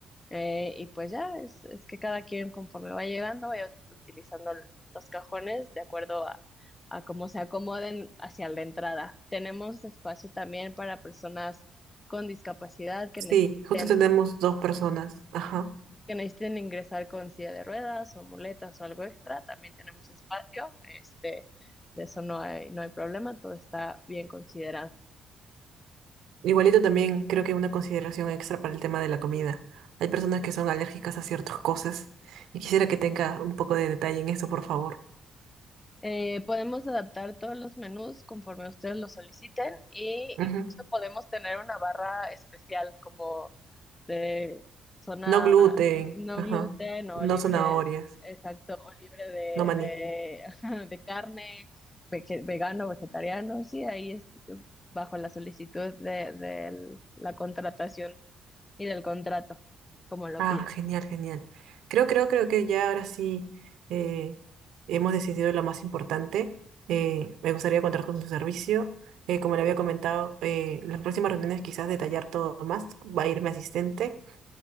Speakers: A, on the left; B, on the right.
A: eh, y pues ya, es, es que cada quien conforme va llegando, vaya utilizando l- los cajones de acuerdo a, a cómo se acomoden hacia la entrada. Tenemos espacio también para personas con discapacidad que
B: Sí,
A: necesiten
B: justo tenemos dos personas. Ajá.
A: que necesiten ingresar con silla de ruedas o muletas o algo extra, también tenemos espacio, este, de eso no hay, no hay problema, todo está bien considerado.
B: Igualito también creo que una consideración extra para el tema de la comida. Hay personas que son alérgicas a ciertas cosas y quisiera que tenga un poco de detalle en eso, por favor.
A: Eh, podemos adaptar todos los menús conforme ustedes lo soliciten e
B: Ujú.
A: incluso podemos tener una barra especial como de zona
B: No gluten,
A: no
B: ajá.
A: gluten o
B: No
A: libre,
B: zanahorias,
A: exacto, o libre de,
B: no maní.
A: de, <laughs> ajá, de carne, vege- vegano, vegetariano, sí, ahí es eh, bajo la solicitud de, de la contratación y del contrato, como lo
B: Ah,
A: pida.
B: genial, genial. Creo, creo, creo que ya ahora sí eh, hemos decidido lo más importante. Eh, me gustaría contar con su servicio. Eh, como le había comentado, eh, las próximas reuniones quizás detallar todo más. Va a ir mi asistente.